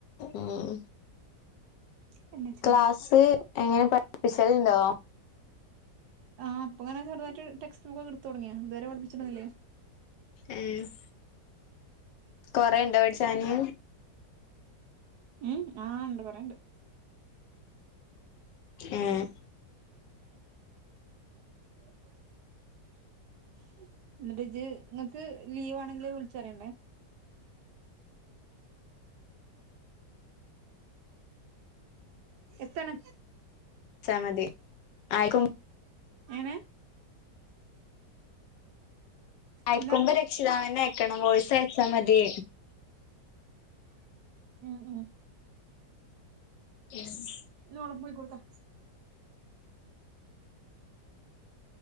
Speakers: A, on the left; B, on the right.
A: ഉം
B: പിന്നെ
A: ക്ലാസ് എങ്ങനെ പഠിപ്പിച്ചലുണ്ടോ
B: ആഹ് ഇപ്പങ്ങനെ ചെറുതായിട്ട് ടെസ്റ്റ് ബുക്കൊക്കെ എടുത്ത് തുടങ്ങിയാ ഇതുവരെ പഠിപ്പിച്ചിട്ടൊന്നൂല്ല്യേ
A: ഹ്മ് കൊറെണ്ടോ പഠിച്ചാന്
B: ഉം ആഹ് ഉണ്ട് കുറേയുണ്ട്
A: ഉം
B: <inaudible> എന്നിട്ട് ജ്ജ് നിങ്ങക്ക് ലീവാണെങ്കിൽ വിളിച്ചറിയണ്ടേ എത്തന
A: ച്ചാമതി ആയിക്ക
B: എങ്ങനെ
A: അയക്കുമ്പ
B: എന്താ പറഞ്ഞ്
A: രക്ഷിതാവാന്നെ അയക്കണം വോയ്സ് അയച്ചാ മതി
B: ഉം ഉം
A: യെസ്
B: ഇന്ന് ഓളെ പോയി കൊടുത്തോ